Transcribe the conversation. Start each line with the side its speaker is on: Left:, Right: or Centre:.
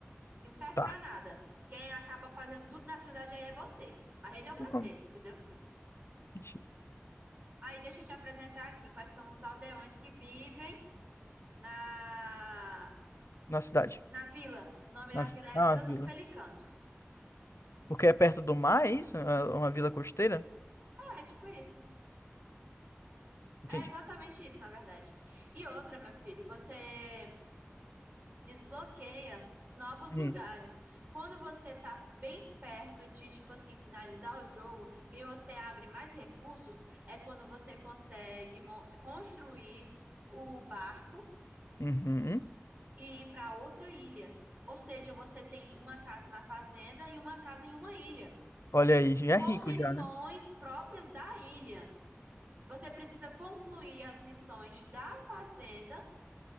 Right: que não serve
Left: Tá.
Right: pra nada. Quem acaba fazendo tudo na cidade aí é você. Mas ele é o prefeito,
Left: Tem como?
Right: entendeu?
Left: Gente,
Right: Aí deixa eu te apresentar aqui quais são os aldeões que vivem na,
Left: Na cidade,
Right: na vila. O nome da
Left: na, vi-
Right: vila é
Left: ah,
Right: a Vila
Left: na vila.
Right: dos Pelicanos.
Left: Porque é perto do mar, é isso? É Uma vila costeira?
Right: É, é tipo isso.
Left: Entendi.
Right: É exatamente isso, na verdade. E outra, meu filho, você desbloqueia novos
Left: Hum.
Right: lugares. Quando você tá bem perto de, tipo assim, finalizar o jogo e você abre mais recursos, é quando você consegue mo- construir o barco
Left: Uhum.
Right: e ir para outra ilha. Ou seja, você tem uma casa na fazenda e uma casa em uma ilha,
Left: Olha aí, já
Right: com
Left: é rico
Right: missões
Left: já, né?
Right: próprias da ilha. Você precisa concluir as missões da fazenda